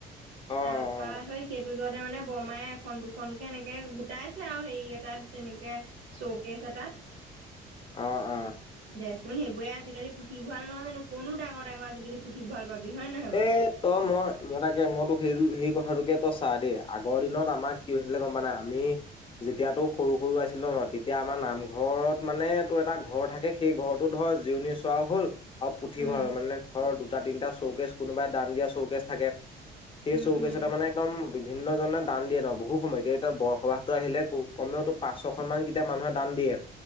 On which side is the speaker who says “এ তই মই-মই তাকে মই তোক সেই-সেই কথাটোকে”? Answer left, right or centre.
Left